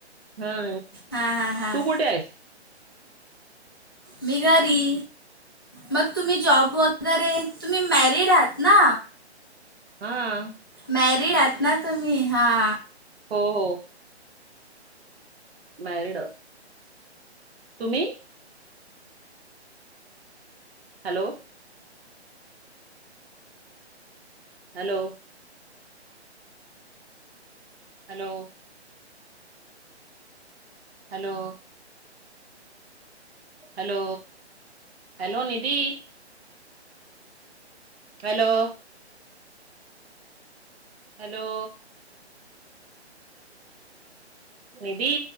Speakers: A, on the right (about 65°); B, on the left (about 20°).
A: हा.
B: हां हां हां
A: तू कुठे आहेस?
B: मी घरी, मग तुम्ही जॉबवर वगैरे तुम्ही मॅरिड आहात ना.
A: हां.
B: मॅरिड आहात ना तुम्ही हां.
A: हो हो. मॅरीड. तुम्ही? Hello. Hello, hello. Hello. Hello hello Nidhi. Hello. Hello. निधी.